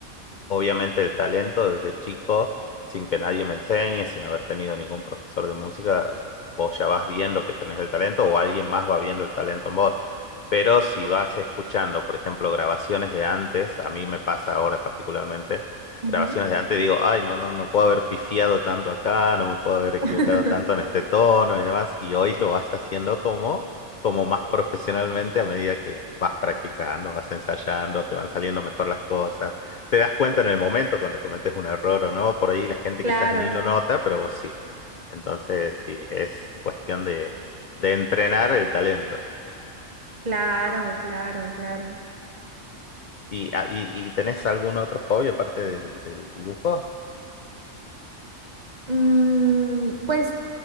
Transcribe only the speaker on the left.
obviamente el talento desde chico, sin que nadie me enseñe, sin haber tenido ningún profesor de música, vos ya vas viendo que tenés el talento o alguien más va viendo el talento en vos. Pero si vas escuchando, por ejemplo, grabaciones de antes, a mí me pasa ahora particularmente,
grabaciones de antes, digo, ay, no, no, no puedo haber pifiado tanto acá, no me puedo haber equivocado
tanto en este tono y demás, y hoy lo vas haciendo como, como más profesionalmente a medida que vas practicando, vas ensayando, te van saliendo mejor las cosas te das cuenta en el momento cuando cometes un error o no, por ahí la gente
quizás ni lo nota, pero vos sí. Entonces, sí, es cuestión de, de entrenar el talento.
¿Y, ah, y, y tenés algún otro hobby aparte del, del dibujo?